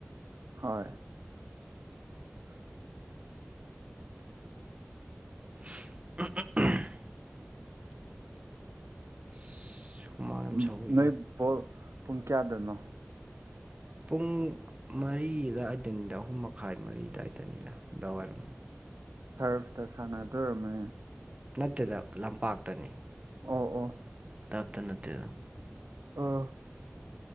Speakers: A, on the right; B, on the right.
A: ꯍꯣꯏ
B: <inaudible> <inaudible>
A: ꯎꯝ
B: ꯁꯧꯋꯤꯗ
A: ꯅꯣꯏ ꯕꫭꯜ ꯄꯨꯡ ꯀꯌꯥꯗꯅꯣ
B: ꯄꯨꯡ ꯃꯔꯤ ꯑꯗꯥꯏꯗꯅꯤꯗ ꯑꯍꯨꯝ ꯃꯈꯥꯏ ꯃꯔꯤ ꯑꯗꯥꯏꯗꯅꯤꯗ ꯅꯨꯡꯗꯥꯡꯋꯥꯏꯔꯝ
A: ꯇꯔꯞꯇ ꯁꯥꯟꯅꯗꯣ ꯑꫭꯏꯔꯝꯃꯥꯅꯤ
B: ꯅꯠꯇꯦꯗ ꯂꯝꯄꯥꯛꯇꯅꯤ
A: ꯑꯣ ꯑꯣ
B: ꯇꯥꯞꯇ ꯅꯠꯇꯦꯗ
A: ꯑꯥ